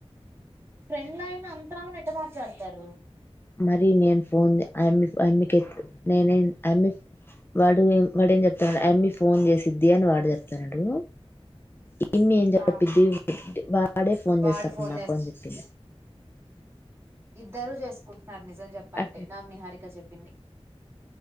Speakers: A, on the right (about 25°); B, on the left (about 20°).
A: ఫ్రెండ్ అయిన అంతగాన ఎట్ట మాట్లాడతారు
B: మరి నేను ఫోన్ ఆ అమ్మి ఆ అమ్మికే నేనే అమ్మి వాడు వాడేం చెప్తాన్నాడు ఆ అమ్మి ఫోన్ చేసిద్ది అని వాడు చెప్తాన్నాడు పిన్నీ ఏం జెప్పిద్ది
A: ఆ
B: వాడే ఫోన్
A: వాడు
B: చేస్తాడు
A: ఫోన్
B: నాకు అని జెప్పిది
A: ఇద్దరూ చేసుకుంటున్నారు నిజం చెప్పాలంటే
B: అట్
A: నాకు నిహారిక చెప్పింది